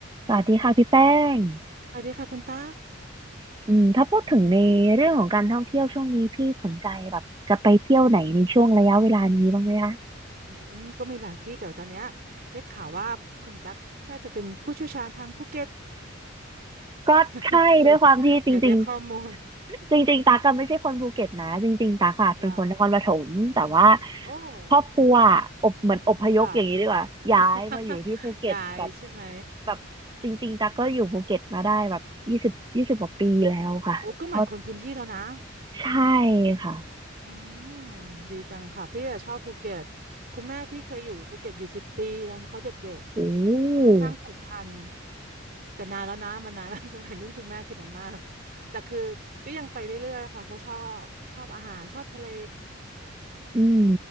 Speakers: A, on the right; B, on the right.
A: สวัสดีค่ะพี่แป้ง
B: สวัสดีค่ะคุณตั๊ก
A: อืมถ้าพูดถึงในเรื่องของการท่องเที่ยวช่วงนี้พี่สนใจแบบจะไปเที่ยวไหนในช่วงระยะเวลานี้บ้างไหมคะ
B: อืมก็มีหลายที่แต่ว่าตอนเนี้ยได้ข่าวว่าคุณตั๊กน่าจะเป็นผู้เชี่ยวชาญทางภูเก็ต
A: ก็ใช่ด้วยความที่จริง
B: <laughs> ก็เลยอยากได้ข้อมูล
A: ๆ <laughs> จริงๆตักก็ไม่ใช่คนภูเก็ตนะจริงๆตักอะเป็นคนนครปฐมแต่ว่า
B: เหรอโอ้
A: ครอบครัวอะอบเหมือนอพยพอย่างนี้ดีกว่าย้ายมาอยู่ที่ภูเก็ตแบบ
B: ค่ะ <laughs> ยายใช่ไหม
A: แบบจริงๆตักก็อยู่ภูเก็ตมาได้แบบยี่สิบยี่สิบกว่าปีแล้วค่ะเพราะ
B: โอ้ก็เหมือนคนพื้นที่แล้วนะ
A: ใช่ค่ะ
B: อืมดีจังค่ะพี่อะชอบภูเก็ตคุณแม่พี่เคยอยู่ภูเก็ตอยู่สิบปีตอนเขาเด็ก
A: โอ้
B: ก็ค่อนข้างผูกพันแต่นานแล้วนะมันนานแล้ว <laughs> สมัยรุ่นคุณแม่คือนันมากแต่คือก็ยังไปเรื่อยๆค่ะเพราะชอบชอบอาหารชอบทะเล
A: อืม